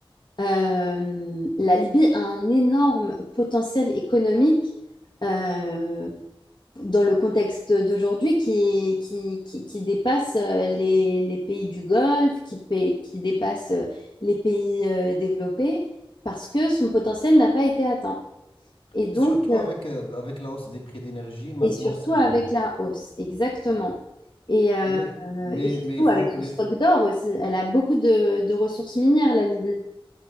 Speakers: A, on the left; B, on the left.
A: euh, la Libye a un énorme potentiel économique euh, dans le contexte d'aujourd'hui qui, qui, qui, qui dépasse euh, les, les pays du Golfe, qui, pa- qui dépasse euh, les pays euh, développés, parce que son potentiel n'a pas été atteint. Et donc,
B: Et surtout
A: euh,
B: avec, euh, avec la hausse des prix d'énergie, maintenant,
A: et surtout
B: c'est...
A: avec
B: euh,
A: la hausse, exactement.
B: ou-
A: Et, euh,
B: ouais, mais,
A: et surtout
B: mais il faut...
A: avec son
B: Mais
A: stock
B: il faut...
A: d'or aussi. Elle a beaucoup de, de ressources minières, la Libye.